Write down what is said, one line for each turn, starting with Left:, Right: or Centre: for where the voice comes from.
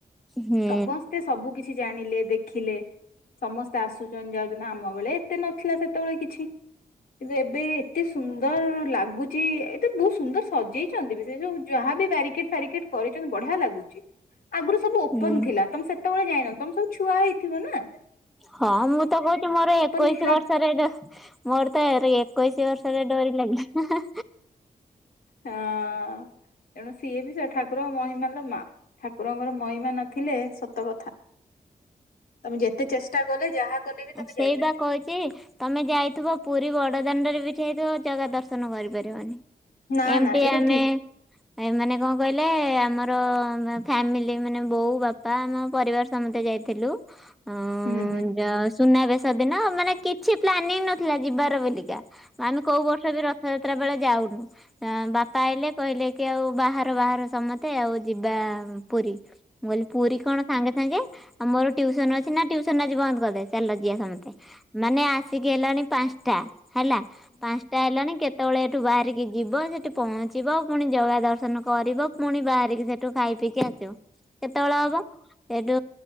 Centre: ହୁଁ
Left: ସବସ୍ତେ ସବୁ କିଛି ଜାଣିଲେ ଦେଖିଲେ ସମସ୍ତେ ଆସୁଛନ୍ତି ଯାଉଛନ୍ତି ଆମ ବେଳେ ଏତେ ନଥିଲା ସେତବଳେ କିଛି। କିନ୍ତୁ ଏବେ ଏତେ ସୁନ୍ଦର ଲାଗୁଛି ଏତେ ବୋହୁତ ସୁନ୍ଦର ସଜେଇଛନ୍ତି ବି ସେ ଯୋଉ ଯାହା ବି ବ୍ୟାରିକେଟ୍ ଫ୍ୟାରିକେଟ୍ କରିଛନ୍ତି ବଢିଆ ଲାଗୁଚି ଆଗୁରୁ ସବୁ ଓପନ୍
Centre: ହୁଁ।
Left: ଥିଲା। ତମେ ସେତବେଳେ ଯାଇନ ତମେ ସବୁ ଛୁଆ ହେଇଥିବ ନାଁ।
Centre: ହଁ ମୁଁ ତ କହୁଚି ମୋର ଏକୋଇଶି
Left: ଥିଲା
Centre: ବର୍ଷରେ ଦେ ମୋର ତ ଏରି ଏକୋଇଶି ବର୍ଷରେ ଡୋରି ଲାଗିଲା।
Left: ହଁ ଏଣୁ ସିଏ ବି ସେ ଠାକୁର ମହିମା ଲୋ ମା ଠାକୁରଙ୍କର ମହିମା ନଥିଲେ ସତ କଥା। ତମେ ଯେତେ ଚେଷ୍ଟା କଲେ ଯାହା କଲେ ବି ତମେ
Centre: ଓ ସେଇଟା
Left: ଯାଇପାରିବନି।
Centre: କହି କି ତମେ ଯାଇଥିବ ପୁରୀ ବଡ଼ ଦାଣ୍ଡରେ ବି ଯାଇଥିବ ଜାଗା ଦର୍ଶନ କରିପାରିବନି।
Left: ନା
Centre: ଏମତି
Left: ନା ଏଇଟା
Centre: ଆମେ
Left: ଠିକ
Centre: ଏମାନେ କଁ କହିଲେ ଆମର ମା ଫ୍ୟାମିଲି ମାନେ ବୋଉ ବା ପା ଆମ ପରିବାର ସମତେ ଯାଇଥିଲୁ। ଅଁ
Left: ହୁଁ
Centre: ଯ ସୁନାବେଶ ଦିନ ମାନେ କିଛି ପ୍ଲାନିଂ ନଥିଲା ଯିବାର ବୋଲି। କ୍ୟାଆମେ କୋଉ ବର୍ଷ ବି ରଥଯାତ୍ରା ବେଳେ ଯାଉନୁ ଆ ବାପା ଆଇଲେ କହିଲେ କି ଆଉ ବାହାର ବାହାର ସମତେ ଆଉ ଯିବା ପୁରୀ। ମୁଁ କହିଲି ପୁରୀ କଣ ସାଙ୍ଗେ ସାଙ୍ଗେ ଆଉ ମୋର ଟ୍ୟୁସନ୍ ଅଛି ନାଁ ଟ୍ୟୁସନ୍ ଆଜି ବନ୍ଦ କରିଦେ। ଚାଲ ଯିଆ ସମତେ ମାନେ ଆସିକି ହେଲାଣି ପାଁଶଟା ହେଲା ପାଁଶଟା ହେଲାଣି କେ ତଳେ ଏଠୁ ବାହାରିକି ଯିବ ସେଠି ପହଞ୍ଚିବ ପୁଣି ଜଗା ଦର୍ଶନ କରିବ ପୁଣି ବାହାରିକି ସେଠୁ ଖାଇ ପିଇକି ଆସିବ କେତୋଳେ ହବ? ସେ ଟୁ